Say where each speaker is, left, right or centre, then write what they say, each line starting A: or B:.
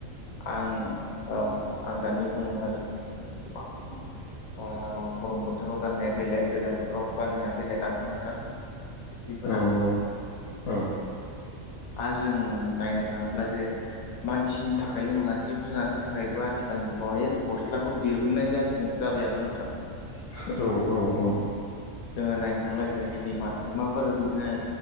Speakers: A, on the left; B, on the left.
A: आं औ आं दानि बुंलांनाय बायदिनोदि गोबां ओ गरम बो बोथोराव गान्नाया बेलेग गोजां बोथोराव गाननाया बेलेग आरो नोंथां जिफोरा
B: औ नंगौ औ
A: आरो जों नायनो थाङोब्ला जे मानसिनि थाखायल' नङा जिब जुनारनि थाखायबो आथिखालनि जुगाव गस्लाखौ दिरहुननाय जासिगोन जाबाययानो नोंथां ।
B: औ औ औ ।
A: जोङो नायनो थांब्ला जेरै सैमा सैमाफोर बिदिनो